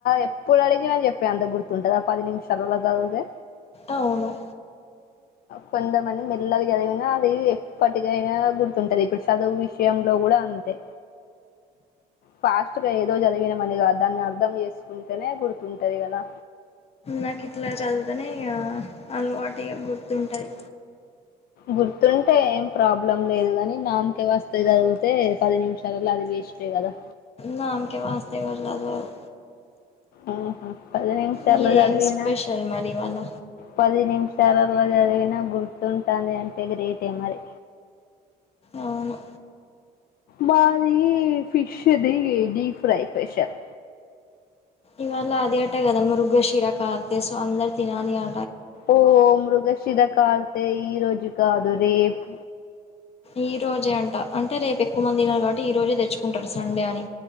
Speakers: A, on the left (about 60°); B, on the left (about 35°).
A: ఎప్పుడు అడిగి నని చెప్పే అంత గుర్తుంటదా పది నిమిషాలలో చదువుతేే
B: అవును
A: కొంతమంది మెల్లగా చదివినా అది ఎప్పటికైనా గుర్తుంటది ఇప్పుడు చదువు విషయం లో కూడా అంతే ఫాస్ట్గా ఏదో చదివినమనిగా దాన్ని అర్ధం చేసుకుంటేనే గుర్తుంటంది కదా
B: నాకు ఇట్లా చదితేనే అలవాటుగా గుర్తుంటది
A: గుర్తుంటే ఏం ప్రాబ్లం లేదు కానీ నామకే వస్త చదివితే పది నిమిషాలలో అది వేసి ష్టే కదా
B: నామకే వాస్తు ఎవరు చదవరు
A: ఆహ పది నిమిషాలలో
B: మీదేం
A: చదివిన
B: స్పెషల్ మరి ఇవాళ
A: పది నిమిష పోది అది వి నా గుర్తుంటుంది అంటే గ్రేట్ ఏ మరి
B: అవును
A: మాది ఫిష్ది డీప్ ఫ్రై స్పెషల్
B: ఇవల్ అది అట కదా మురుగ్గా శిరా కార్త సో అందరు తినాలని ఆ
A: ఓ మృగశిర కార్తే ఈ రోజు కాదు రేపు
B: ఈ రోజే అంట అంటే రేపు ఎక్కువ మంది తిన కాబట్టి ఈ రోజే తెచ్చుకుంటారు సండే అని